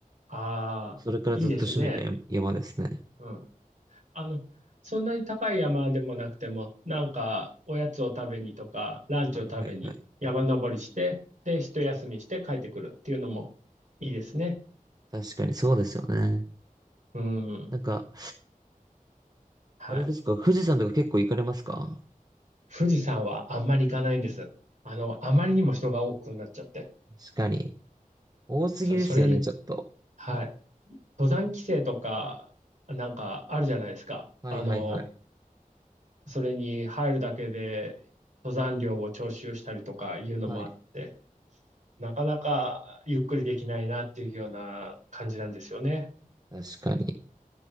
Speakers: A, on the right; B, on the right.
A: ああ、
B: それからずっと趣味が山山ですね。
A: いいですね。うん。あの、そんなに高い山でもなくても、なんか、おやつを食べにとか、ランチを食べに山登りして、
B: はいはいはい。
A: で、一休みして帰ってくるっていうのもいいですね。
B: 確かにそうですよね。
A: うん。
B: なんか、
A: はい。
B: あれですか、富士山とか結構行かれますか
A: 富士山はあんまり行かないんです。あの、あまりにも人が多くなっちゃって。
B: 確かに。多すぎですよね、
A: そう、それに、
B: ちょっと。
A: はい。登山規制とか、なんかあるじゃないですか。
B: はいはいはい。
A: あの、それに入るだけで登山料を徴収したりとかいうのもあって、
B: はい。
A: なかなかゆっくりできないなっていうような感じなんですよね。
B: 確かに。